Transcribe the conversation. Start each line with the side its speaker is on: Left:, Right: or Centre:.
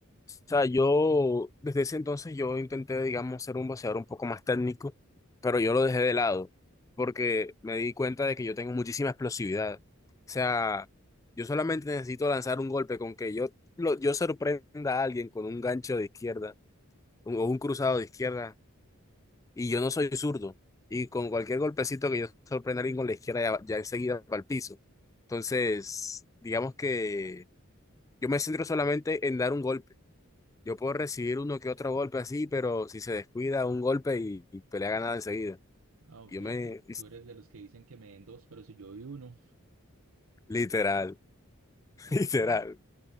Left: sea, yo desde ese entonces yo intenté, digamos, ser un boxeador un poco más técnico, pero yo lo dejé de lado porque me di cuenta de que yo tengo muchísima explosividad. O sea, yo solamente necesito lanzar un golpe con que yo, lo- yo sorprenda a alguien con un gancho de izquierda un- o un cruzado de izquierda y yo no soy zurdo. Y con cualquier golpecito que yo sorprenda a alguien con la izquierda ya, ya enseguida para el piso. Entonces, digamos que yo me centro solamente en dar un golpe yo puedo recibir uno que otro golpe así, pero si se descuida, un golpe y, y pelea ganada enseguida.
Right: Ah, o
Left: Yo
Right: sea,
Left: me...
Right: tú, tú eres de los que dicen que me den dos, pero si yo vi uno,
Left: Literal,
Right: ah,
Left: <laughs> literal.